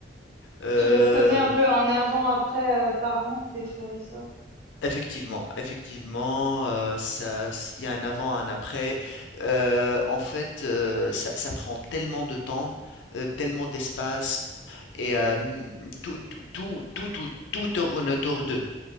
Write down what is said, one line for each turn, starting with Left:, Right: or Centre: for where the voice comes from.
Left: Heu,
Right: Tu les reconnais un peu un avant-après, heu, parents, tes frères et sœurs?
Left: effectivement, effectivement, heu, ça s il y a un avant, un après. Heu, en fait, heu, ça ça prend tellement de temps, heu, tellement d'espace et hem, tout tout tout tout tout tout tourne autour d'eux.